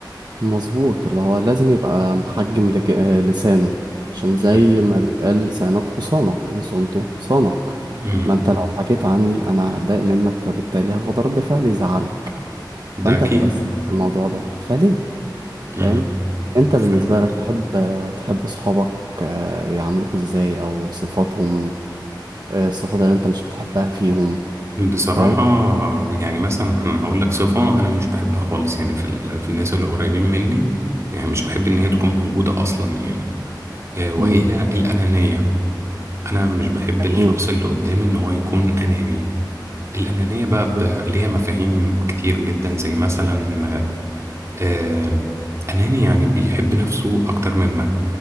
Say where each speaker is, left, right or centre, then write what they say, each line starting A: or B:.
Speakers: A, on the right; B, on the right.
A: مظبوط اللي هو لازم يبقى محجم لج... آه، لسانه عشان زي
B: مهم.
A: ما بيتقال لسانك حصانك إن صنته صانك
B: مم.
A: ما انت لو حكيت عني انا هتضايق منك فبالتالي هاخد رد فعل يزعلك
B: ده
A: فانت
B: أكيد
A: هتبقى استوعبت الموضوع ده فليه
B: مم.
A: فاهم انت بالنسبة
B: فاهم
A: لك تحب آه، تحب صحابك آه، يعاملوك ازاي او صفاتهم آه، الصفات اللي انت مش بتحبها فيهم
B: بصراحة
A: فاهم
B: يعني مثلا أنا هقول لك صفة أنا مش بحبها خالص يعني في ال- في الناس اللي قريبين مني يعني مش بحب إن هي تكون موجودة أصلا يعني آه، وهي
A: مم،
B: الأنانية أنا مش بحب
A: جميل
B: الشخص اللي قدامي إن هو يكون أناني الأنانية بقى
A: مم،
B: ب- ليها مفاهيم كتير جدا زي مثلا آه، أناني يعني بيحب نفسه أكتر منك